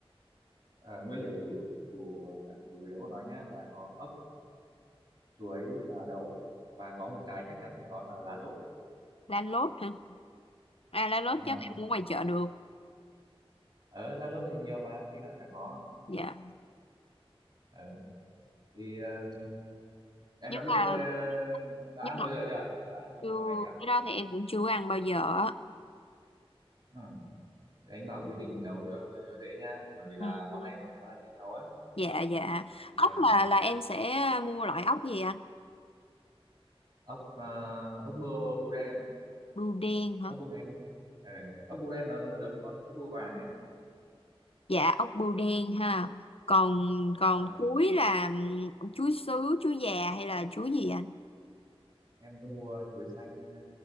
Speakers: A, on the right (about 45°); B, on the left (about 70°).
A: ờ, nguyên liệu chủ chủ chủ yếu của nó nhá là có ốc chuối và đậu và có một cái chắc chắn phải có là lá lốt
B: lá lốt hả à lá lốt
A: đúng
B: chắc
A: rồi
B: em mua ngoài chợ được
A: ở La Lốt thì nhiều mà khi nào chả có
B: dạ
A: ờ thì ờ, em
B: nhưng
A: đã biết
B: mà
A: ờ, đã
B: nhưng
A: ăn
B: mà
A: bao giờ chưa đã, đã ăn bao
B: chưa
A: giờ món này chưa
B: cái đó thì em cũng chưa ăn bao giờ á.
A: ừ. Thì anh bảo quy trình nấu cho, cho dễ nhá bởi
B: ừ.
A: vì là món này cũng khá là dễ nấu á
B: dạ dạ
A: thì
B: ốc
A: ờ,
B: là là em sẽ mua loại ốc gì anh
A: ốc ờ, ốc bươu bươu đen em ạ
B: bươu đen hả
A: ốc bươu đen ờ, ốc bươu đen nó nó giống con ốc bươu vàng ấy
B: dạ ốc bươu đen ha còn còn
A: Ờ,
B: chuối là ừm, chuối sứ chuối già hay là chuối gì anh
A: em cứ mua chuối xanh ờ,